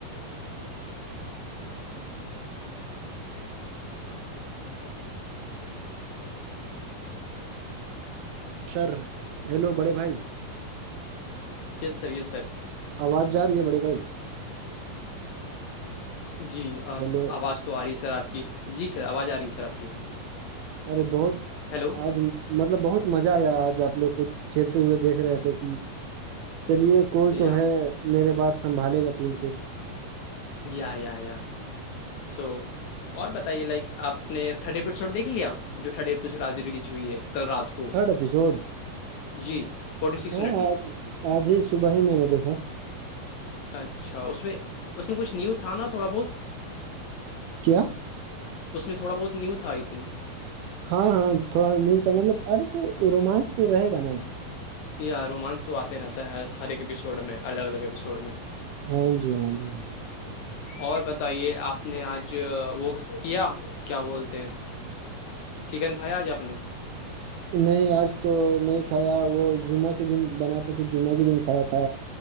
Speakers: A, on the right (about 80°); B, on the left (about 75°).
A: سر ہیلو بڑے بھائی
B: یس سر یس سر
A: آواز جا رہی ہے بڑے بھائی
B: جی
A: ہیلو
B: آواز تو آ رہی ہے سر آپ کی جی سر آواز آ رہی ہے سر آپ کی
A: ارے بہت
B: ہیلو
A: آج مطلب بہت مزہ آیا آج آپ لوگ کو کھیلتے ہوئے دیکھ رہے تھے کہ چلیے کوئی
B: یا
A: تو ہے میرے باد سنبھالے گا ٹیم کو
B: یا یا یا سو اور بتائیے لائک آپ نے تھرڈ اپیسوڈ دیکھ لیا جو تھرڈ اپیسوڈ آج ریلیز ہوئی ہے کل رات کو
A: تھرڈ ایپسڈ
B: جی فورٹی سکس
A: ہاں
B: منٹ کی
A: اج آج ہی صبح ہی میں نے دیکھا
B: اچھا اس میں اس میں کچھ نیو تھا نا تھوڑا بہت
A: کیا
B: اس میں تھوڑا بہت نیو تھا آئی تھنک
A: ہاں ہاں تھوڑا نیو تھا مطلب ارے تو رومانچ تو رہے گا نا
B: یا رومانچ تو آتے رہتا ہے ہر ایک اپپیسوڈ میں الگ الگ اپپیسوڈ میں
A: ہاں جی ہاں جی
B: اور بتائیے آپ نے آج وہ کیا کیا بولتے ہیں چکن کھایا آج آپ نے
A: نہیں آج تو نہیں کھایا وہ زمعہ کے دن بنا تھا تو جمعہ کے دن کھایا تھا